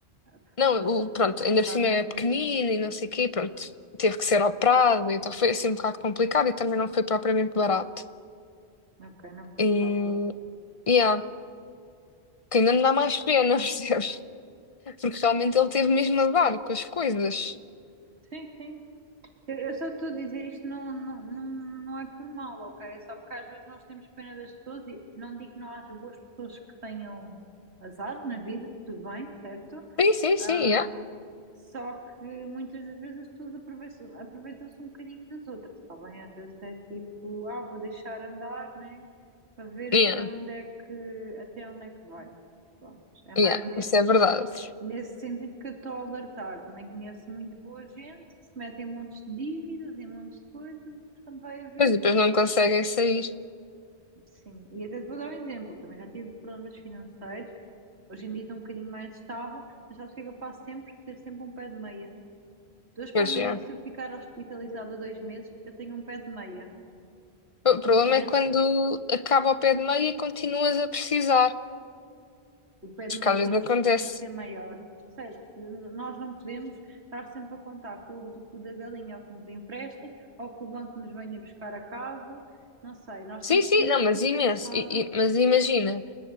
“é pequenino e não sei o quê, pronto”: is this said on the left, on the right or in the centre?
Left